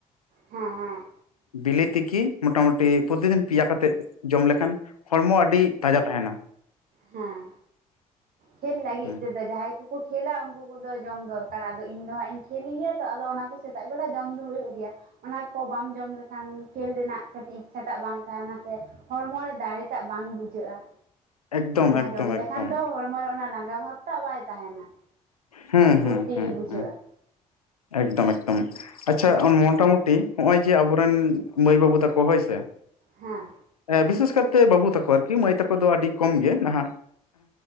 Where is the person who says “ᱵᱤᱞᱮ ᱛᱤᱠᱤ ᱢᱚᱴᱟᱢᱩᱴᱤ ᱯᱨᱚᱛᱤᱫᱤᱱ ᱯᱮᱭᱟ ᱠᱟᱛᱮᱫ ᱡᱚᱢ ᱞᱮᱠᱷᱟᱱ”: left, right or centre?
Left